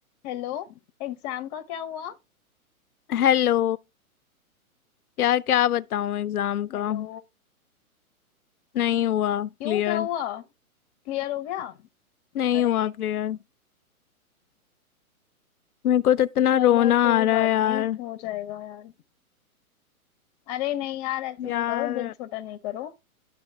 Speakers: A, on the left (about 30°); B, on the left (about 80°).
A: हेलो एग्जाम का क्या हुआ
B: Hello यार क्या बताऊं एग्जाम का
A: हेलो
B: नहीं हुआ क्लियर
A: क्यों क्या हुआ क्लियर हो गया
B: नहीं
A: अरे
B: हुआ क्लियर मेरे को तो इतना
A: चलो
B: रोना
A: कोई
B: आ रहा
A: बात
B: है यार
A: नहीं हो जाएगा यार अरे नहीं यार ऐसे
B: यार
A: नहीं करो दिल छोटा नहीं करो